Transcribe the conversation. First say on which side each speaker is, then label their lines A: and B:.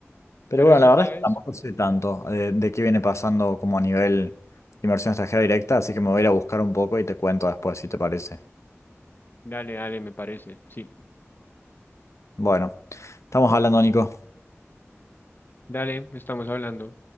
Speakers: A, on the left (about 75°); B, on the left (about 45°).
A: Pero
B: Pero
A: bueno,
B: sí,
A: la verdad
B: ¿sabes?
A: es que tampoco sé tanto eh, de, qué viene pasando como a nivel inversión extranjera directa, así que me voy a ir a buscar un poco y te cuento después, si te parece.
B: Dale, dale, me parece. Sí,
A: Bueno, estamos hablando, Nico.
B: dale, estamos hablando.